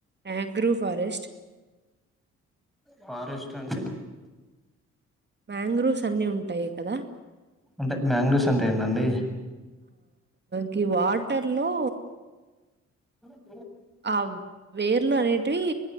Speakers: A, on the right; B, in the centre.
A: మా్యాంగ్రూ్ ఫారెస్ట్
B: ఫారెస్ట్ అండి
A: మాంగ్రూవ్స్ అన్ని ఉంటాయి కదా
B: అంటే మ్యాంగడోస్ అంటే ఏందండి
A: గీ వాటర్ లో
B: అ
A: ఆ వేర్లు అనేటివి